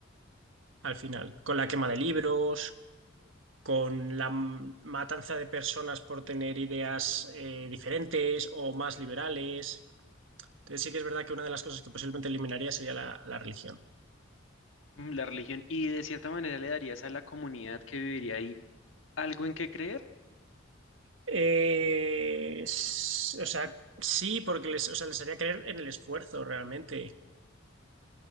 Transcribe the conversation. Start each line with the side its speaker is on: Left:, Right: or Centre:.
Right: al final, con la quema de libros, con la m- matanza de personas por tener ideas eh, diferentes o más liberales. Entonces sí que es verdad que una de las cosas que posiblemente eliminaría sería la, la religión.
Left: mm, la religión, y de cierta manera le darías a la comunidad que viviría ahí algo en qué creer
Right: Eh, s- o sea, sí, porque les, o sea, les haría creer en el esfuerzo realmente.